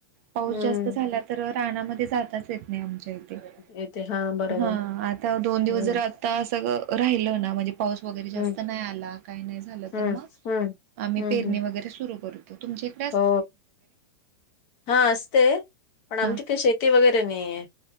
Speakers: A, on the right (about 40°); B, on the left (about 35°).
A: पाऊस
B: हम्म
A: जास्त झाला तर रानामध्ये जाताच येत नाही आमच्या इथ. हा,
B: येते बरोबर
A: आता दोन दिवस
B: हम्म
A: जर आता, सगळं राहिलं ना म्हणजे पाऊस वगैरे जास्त
B: हम्म
A: नाही आला. काही नाही झालं
B: हम्म
A: तर मग,
B: हम्म
A: आम्ही
B: हम्म
A: पेरणी
B: हम्म
A: वगैरे सुरू करू. तुमच्याइकडे
B: हो, हा असते पण आमची
A: हा
B: कशी आहेत ती वगैरे नाहीे.